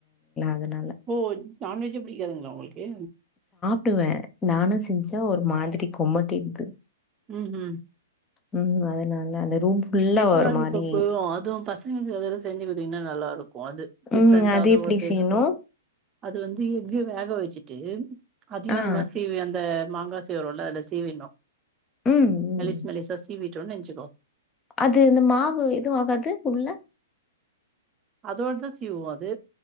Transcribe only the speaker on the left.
அதனால.
சாப்டுவே நானு செஞ்சா ஒரு மாதிரி கொமட்டிர்து
ம் அதனால அந்த ரூம் ஃபுல்லா
ஒரு
மாரி
ம்.
எப்படி
செய்யணும்?
ஆ, ஆ.
ம், ம்.
அது இந்த மாவு எதுவு ஆகாது உள்ள